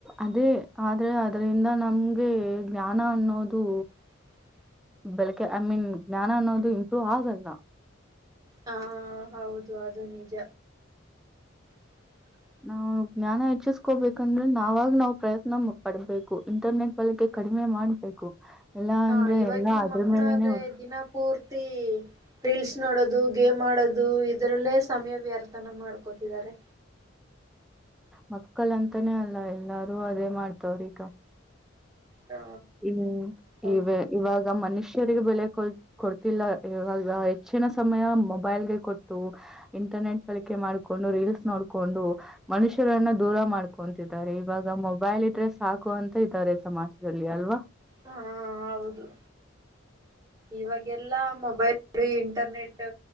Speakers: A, in the centre; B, on the right.
A: ಅದೇ ಆದ್ರೆ ಅದರಿಂದ ನಮ್ಗೆ ಜ್ಞಾನ ಅನ್ನೋದು
B: <inaudible>
A: ಬೆಳಕೆ ಐ ಮೀನ್ ಜ್ಞಾನ ಅನ್ನೋದು ಇಂಪ್ರೂವ್ ಆಗಲ್ಲ.
B: ಹಾ ಹೌದು ಅದು ನಿಜ. <inaudible>
A: ನಾವು ಜ್ಞಾನ ಹೆಚ್ಚಿಸ್ಕೋಬೇಕಂದ್ರೆ ನಾವಾಗ್ ನಾವ್ ಪ್ರಯತ್ನ ಪಡ್ಬೇಕು ಇಂಟರ್ನೆಟ್ ಬಳಕೆ ಕಡಿ ಮೆ ಮಾಡ್ಬೇಕು. ಎಲ್ಲಾ
B: ಹಾ
A: ಅಂದ್ರೆ
B: ಇವಾಗಿನ್
A: ಎಲ್ಲಾ ಅದ್ರ
B: ಮಕ್ಳಾದ್ರೆ
A: ಮೇಲೆನೆ
B: ದಿನ ಪೂರ್ತಿ ರೀಲ್ಸ್ ನೋಡೋದು ಗೇಮ್ ಆಡೋದು ಇದರಲ್ಲೇ ಸಮಯ ವ್ಯರ್ಥನ ಮಾಡ್ ಕೋತಿದ್ದಾರೆ.
A: ಮಕ್ಕಳಂತನೆ ಅಲ್ಲ ಎಲ್ಲಾರು ಅದೇ ಮಾಡ್ತವ್ರ್ ಈಗ.
B: ಹ
A: ಹ್ಮ್
B: ಹೌದು
A: ಇವ ಇವಾಗ ಮನುಷ್ ಷರಿಗೆ ಬೆಲೆ ಕೊ ಕೊಡ್ತಿಲ್ಲ ಹೆಚ್ಚಿನ ಸಮಯ ಮೊಬೈಲ್ಗೆ ಕೊಟ್ಟು ಇಂಟ್ ಇಂಟರ್ನಟ್ ಬಳಿಕೆ ಮಾಡ್ಕೊಂಡು ರೀಲ್ಸ್ ನೋಡ್ಕೊಂಡು ಮನುಷ್ಯರನ್ನ ದೂರ ಮಾಡ್ಕೊಂತಿದಾರೆ ಇವಾಗ ಮೊ ಮೊಬೈಲಿದ್ರೆ ಸಾಕು ಅಂತ ಇದ್ದಾರೆ ಸಮಾಜದಲ್ ಲ್ಲಿ ಆಲ್ವಾ.
B: ಹಾ ಹೌದು ಇವಾಗೆಲ್ಲಾ ಮೊಬೈಲ್ ಬರೀ ಇಂಟರ್ನೆಟ್